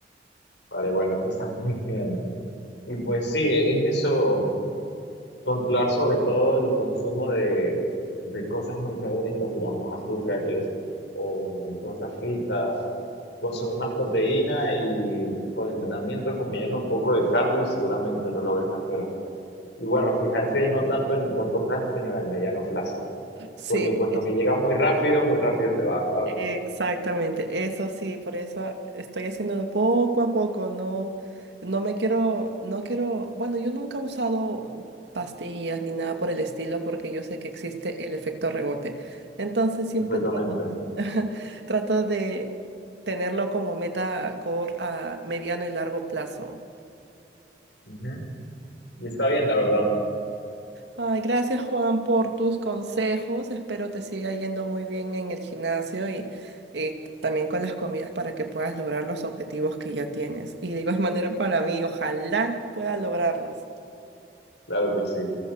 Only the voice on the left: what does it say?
Vale, bueno, eso está muy <laughs> bien. Y pues sí, es eso, controlar sobre todo el consumo de, de cosas muy calóricas, digamos azúcares o cosas fritas, consumir más proteína y por entrenamiento acompañarlo un poco de cardio y seguramente lo logres hacer. Y bueno, fijarte no tanto en el corto plazo, sino en el mediano plazo,
porque pues
lo que llega muy rápido, muy rápido se va, ¿sabes?
Perfectamente.
Ujú. Y está bien, la verdad.
Claro que sí.